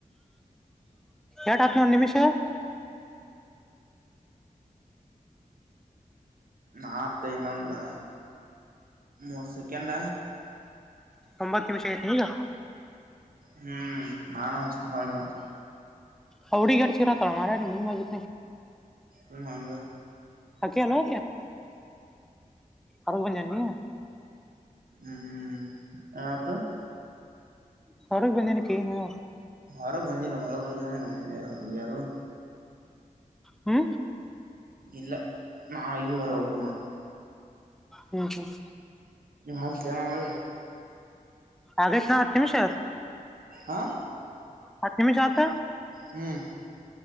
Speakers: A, in the centre; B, on the right.
A: ಎಟ ಹತ್ನೂರು ನಿಮಿಷ
B: ನತ್ ಇನ್ನೊಂದು ಮುತ್ ಸೆಕೆಂಡ
A: ಅಂಬರ್ ತಿಮಿಷಗತಿ ಹಗ
B: ಹ್ಮ್ ನಾನು ಹಸ ಹೊಿ ಮಾಡ್ತ
A: ಹೌಡಿ ಗಡ ಚಿರತಳ ಮಾರ ನೀ ಮನೆ ಬಾಗಿ
B: ರಮಾನ
A: ಕೆಲೋ ಅಗ ಬನ್ ಜೀ
B: ಹ್ಮ್ ಹ್ಮ್ ಆತ್ತ
A: ಹೊರಿಗೆ ಬಂದೇನ ಕನು
B: ಮರ ಬಂದಿಲ್ಲ ಹೊರ ಬಂದ ನಮ್ಮ ಹೊರಗ್ಯಾರು
A: ಹ್ಮ
B: ಇಲ್ಲ ನ ಈಗ ಹೊರ ವೆಕ್ಕನ್ನ
A: ಹ್ಮ್ ಹ್ಮ್
B: ಹಾಸಲನ ಮಾಡೆ
A: ಆಗತ್ನಾ ಹತ್ತು ನಿಮಿಷ
B: ಹಾ
A: ಹತ್ತು ನಿಮಿಷತ
B: ಹ್ಮ್